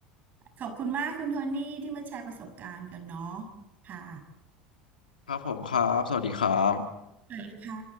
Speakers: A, on the right; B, on the left.
A: ขอบคุณมากคุณโทนี่ที่มาแชร์ประสบการณ์กันเนาะค่ะ
B: ครับผมครับสวัสดีครับ
A: สวัสดีค่ะ